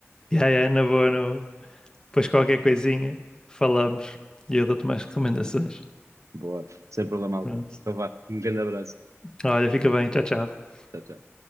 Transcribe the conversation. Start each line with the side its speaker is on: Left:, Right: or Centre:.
Left: Yeah, yeah, na boa, na boa. Depois qualquer coisinha, falamos e eu dou-te mais recomendações.
Right: Boa, sem problema algum.
Left: Pronto.
Right: Então vá, um grande abraço.
Left: Olha, fica bem. Tchau, tchau.
Right: Tchau, tchau.